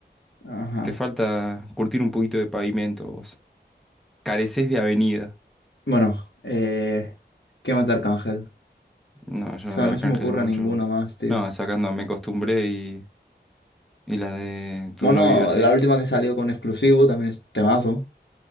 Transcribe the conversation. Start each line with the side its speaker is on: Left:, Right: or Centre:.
Left: Ajá.
Centre: Te falta curtir un poquito de pavimento, vos. Careces de avenida.
Left: Bueno, eh, ¿qué más de Arcángel?
Centre: No, yo
Left: O sea,
Centre: de
Left: no
Centre: Arcángel
Left: se me ocurre
Centre: mucho.
Left: ninguna más, tío.
Centre: No, sacando Me Acostumbré y, y la de Tu
Left: Bueno,
Centre: no vive así.
Left: la última que salió con exclusivo también es temazo.